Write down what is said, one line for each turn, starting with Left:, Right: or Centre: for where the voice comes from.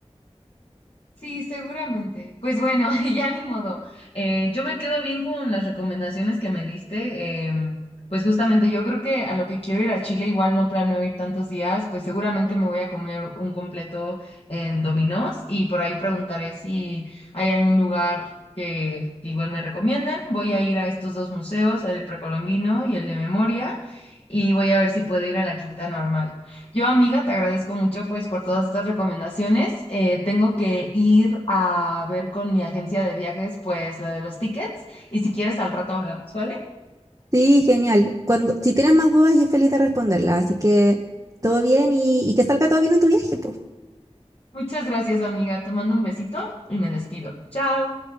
Left: Sí, seguramente. Pues bueno, <laughs> ya ni modo. Eh, yo me quedo bien con las recomendaciones que me diste. em, pues justamente yo creo que a lo que quiero ir a Chile, igual no planeo ir tantos días, pues seguramente me voy a comer un completo en Dominos y por ahí preguntaré si hay algún lugar que, que igual me recomienden. Voy a ir a estos dos museos, el precolombino y el de memoria y voy a ver si puedo ir a la quinta normal. Yo, amiga, te agradezco mucho pues por todas estas recomendaciones. Eh, tengo que ir a ver con mi agencia de viajes pues lo de los tickets y si quieres al rato hablamos, ¿vale?
Right: Sí, genial. Cuando, si tienes más dudas, yo feliz de responderlas. Así que todo bien y, y que salga todo bien en tu viaje, pues.
Left: Muchas gracias, amiga. Te mando un besito y me despido. Chao.